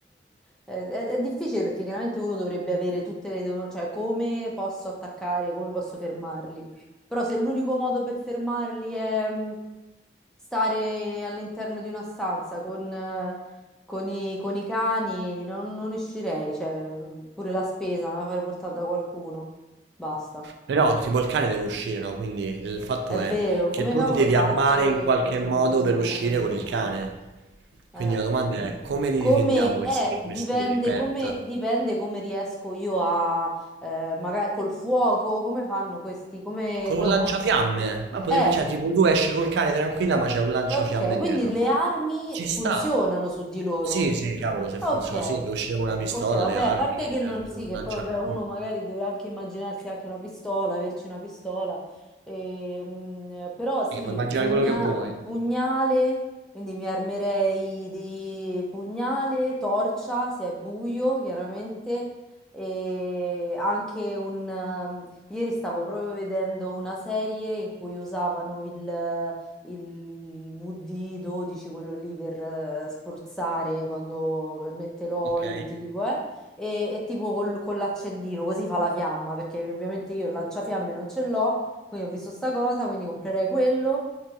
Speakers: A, in the centre; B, on the right (about 75°).
A: eh, È, è difficile perché chiaramente uno dovrebbe avere tutte le domande, cioè come posso attaccare, come posso fermarli. Però se l'unico modo per fermarli è mh, stare all'interno di una stanza con, eh, con i, con i cani, non, non uscirei, cioè mh, pure la spesa me la farei portare da qualcuno. Basta.
B: Però tipo il cane deve uscire, no? Quindi il fatto
A: È
B: è
A: vero,
B: che
A: come
B: tu
A: cavolo
B: ti devi
A: faccio?
B: armare in
A: Che
B: qualche
A: bisogno.
B: modo per uscire
A: Eh,
B: con il cane.
A: eh.
B: Quindi la domanda è come li
A: Come
B: difendiamo questi,
A: è, dipende
B: questi pet?
A: come, dipende come riesco io a, eh, magari col fuoco, come fanno questi, come...
B: Con
A: co-
B: un lanciafiamme?
A: co-
B: Ma potrebbe,
A: Eh,
B: cioè, tipo tu esci col cane tranquilla, ma c'è un lanciafiamme
A: ok, quindi
B: dietro.
A: le armi
B: Ci
A: funzionano
B: sta.
A: su di loro.
B: Sì, sì, cavolo, se
A: Ok.
B: funziona, sì, puoi uscire con una pistola,
A: Ok, vabbè,
B: le armi,
A: a parte
B: il
A: che
B: il
A: non, sì, che
B: lanciafiamme.
A: poi vabbè, uno magari deve anche immaginarsi anche una pistola, averci una pistola, ehm, però sì,
B: Sì, puoi immaginare
A: un pugna-
B: quello che vuoi.
A: un pugnale, quindi mi armerei di pugnale, torcia, se è buio, chiaramente, e anche un... ehm, ieri stavo proprio vedendo una serie in cui usavano il, il VD12, quello lì per eh, spruzzare quando per mette l'olio,
B: Ok.
A: tipo, eh, e, e tipo col- con l'accendino, così fa la fiamma, perché ovviamente io il lanciafiamme non ce l'ho, quindi ho visto sta cosa, quindi comprerei quello